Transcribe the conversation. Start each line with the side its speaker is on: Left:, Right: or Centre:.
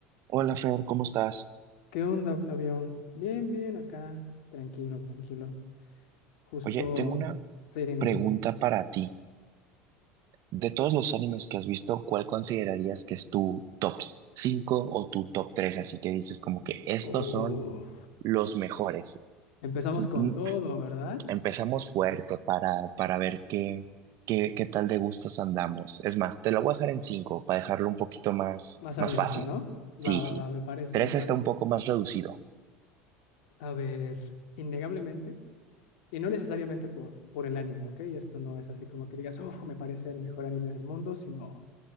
Right: Hola Fer, ¿cómo estás?
Left: ¿Qué onda, Octavio? Bien, bien, acá. Tranquilo, tranquilo. Justo.
Right: Oye, tengo una
Left: Sí, dime,
Right: pregunta
Left: dime.
Right: para ti. De todos los animes que has visto, ¿cuál considerarías que es tu top 5 o tu top 3? Así que dices como que estos
Left: Uf.
Right: son los mejores.
Left: Empezamos con
Right: Mm,
Left: todo, ¿verdad?
Right: Empezamos fuerte para, para ver qué, qué, qué tal de gustos andamos. Es más, te lo voy a dejar en 5 para dejarlo un poquito más,
Left: Más
Right: más
Left: abierto,
Right: fácil.
Left: ¿no? Va,
Right: Sí,
Left: va,
Right: sí.
Left: va, me parece,
Right: 3
Left: me parece.
Right: está un poco más reducido.
Left: A ver, innegablemente, y no necesariamente por, por el anime, ¿ok? Esto no es así como que digas, uf, me parece el mejor anime del mundo, sino